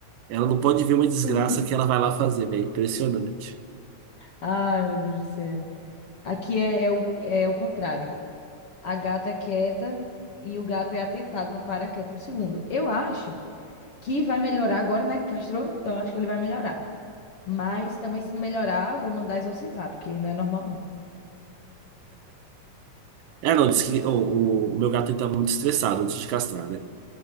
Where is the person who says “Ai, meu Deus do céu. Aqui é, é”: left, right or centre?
Left